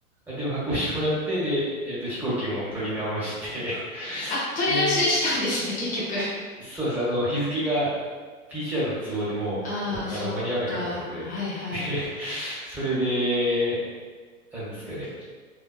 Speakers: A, in the centre; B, on the left.
A: あでも発行してもらって、で、えーっと、飛行機も取り直して、<laughs>
B: あ、取り出ししたんですね、
A: で、
B: 結局。<laughs>
A: そうです。あの、日付が PCR の都合でもう、
B: ああ、
A: おあの、
B: そっか。
A: 間に合わなかったので、
B: はいはい。
A: <laughs> で、それで、なんですかね。